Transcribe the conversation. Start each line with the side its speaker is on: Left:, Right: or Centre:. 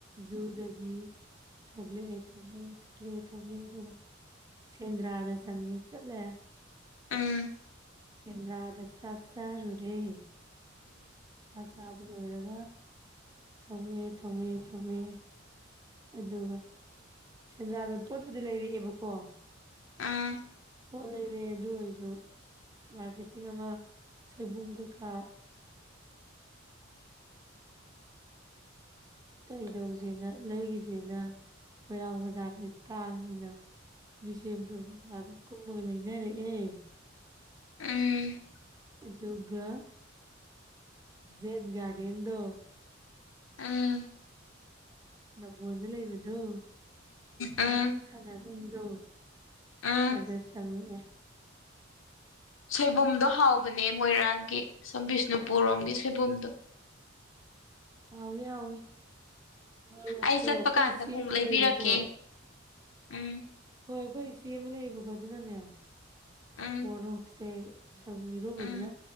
Right: ꯖꯨꯗꯒꯤ ꯊꯣꯛꯂꯛꯑꯦ ꯊꯣꯛꯂꯛꯑꯦ ꯊꯣꯛꯂꯛꯑꯦ ꯊꯣꯛꯂꯛꯑꯦ ꯑꯗꯨꯒ ꯁꯦꯟꯗ꯭ꯔꯥꯗ ꯆꯪꯉꯦ ꯆꯠꯂꯦ
Left: ꯎꯝ ꯎꯝ ꯎꯝ
Right: ꯆꯗ꯭ꯔꯥꯗ ꯁꯥꯛꯁꯔꯔꯦ ꯆꯥꯛ ꯆꯥꯕ ꯂꯣꯏꯔꯒ ꯊ ꯊꯣꯛꯂꯛꯑꯦ ꯊ ꯊꯣꯛꯂꯑꯦ ꯊ ꯊꯣꯛꯂꯛꯑꯦ ꯑꯗꯨꯒ ꯁꯦꯟꯗ꯭ꯔꯥꯗ ꯄꯣꯠꯄꯨꯗꯤ ꯂꯩꯔꯛꯑꯦꯕꯀꯣ
Left: ꯎꯝ
Right: ꯐꯣꯅꯦꯗꯤ ꯑꯗꯨ ꯑꯗꯨ ꯏꯗꯨ ꯃꯥꯦꯇꯤꯉꯃ ꯁꯕꯨꯡ ꯀ ꯀꯥ ꯀꯩꯗꯧꯁꯤꯦꯅ ꯂꯩꯒꯤꯁꯤꯦꯅ ꯃꯣꯏꯔꯥꯡ ꯕꯖꯥꯔꯗ ꯇꯥꯡꯉꯦꯅ ꯕꯤꯁꯦꯝꯄꯨꯔ ꯕꯖꯥꯔꯗ ꯀꯨꯝꯃꯒ ꯂꯩꯅꯔꯛꯑꯦ
Left: ꯎꯝ
Right: ꯑꯗꯨꯒꯒ ꯖꯦꯠ ꯒꯥꯔꯤꯗꯣ
Left: ꯎꯝ
Right: ꯅꯝꯕꯣꯟꯗ ꯂꯩꯕꯗꯣ
Left: ꯎꯝ
Right: ꯑꯉꯥꯡ ꯁꯥꯟꯅꯐꯝꯗꯣ
Left: ꯎꯝ
Right: ꯑꯗꯉꯦ
Left: ꯁꯣꯏꯕꯨꯝꯗꯣ ꯍꯥꯎꯕꯅꯦ ꯃꯣꯏꯔꯥꯡꯒꯤ ꯁꯝ ꯕꯤꯁꯅꯨꯄꯨꯔꯣꯝꯒꯤ ꯁꯣꯏꯕꯨꯝꯗꯣ
Right: ꯍꯥꯎꯋꯤ ꯍꯥꯎꯋꯦ ꯃꯣꯔꯣꯛꯇꯣ
Left: ꯑꯩ ꯆꯠꯄ
Right: ꯑꯩꯈꯣꯏ
Left: ꯀꯥꯟꯗ
Right: ꯏꯆ
Left: ꯑꯃꯨꯛ
Right: ꯑꯃ
Left: ꯂꯩꯕꯤꯔꯛꯀꯦ
Right: ꯂꯩꯌꯦꯕꯀꯣ
Left: ꯎꯝ
Right: ꯍꯣꯏ ꯑꯩꯈꯣꯏ ꯏꯆꯦ ꯑꯃ ꯂꯩꯌꯦꯕꯀꯣ ꯑꯗꯨꯅꯅꯦ
Left: ꯎꯝ
Right: ꯃꯣꯔꯣꯛꯁꯦ ꯁ ꯏꯔꯣꯕꯗꯨꯅ
Left: ꯎꯝ